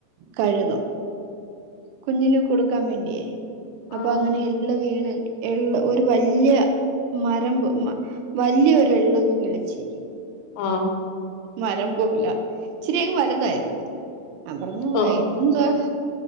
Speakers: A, on the right; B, on the left.
A: കഴുകും കുഞ്ഞിന് കൊടുക്കാംവേണ്ടിയേ അപ്പൊ
B: ആഹ്
A: അങ്ങനെ എള്ള് വീണ എള്ള് ഒരു വല്യാ മരമ്പ് മ വല്യാ ഒരു എള്ളങ്ങ് കിളിച്ചി
B: ആ
A: മരം പോലാ ഇച്ചിരിയങ്ങ് വലുതായതങ്ങ് ഞാൻ പറഞ്ഞു
B: ആഹ്
A: അതെന്തുവാ